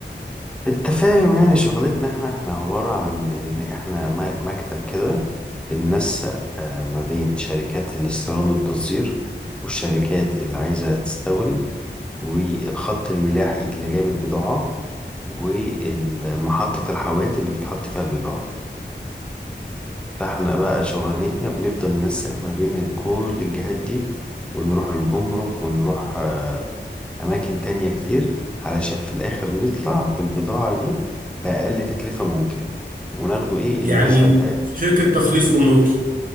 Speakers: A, in the centre; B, on the right (about 50°).
A: انت فاهم يعني شغلتنا احنا احنا عبارة عن ان احنا م- مكتب كده بننسق آه، ما بين شركات الاستيراد والتصدير والشركات اللي عايزة تستورد والخط الملاحي اللي جاب البضاعة ومحطة الحاويات اللي بتحط فيها البضاعة فاحنا بقى شغلانتنا بنفضل ننسق ما بين كل الجهات دي ونروح الجمرك ونروح آه، أماكن تانية كتير علشان في الآخر نطلع بالبضاعة دي بأقل تكلفة ممكنة وناخده إيه
B: يعني
A: النسبة بتاعتنا
B: شركة تخليص جمركي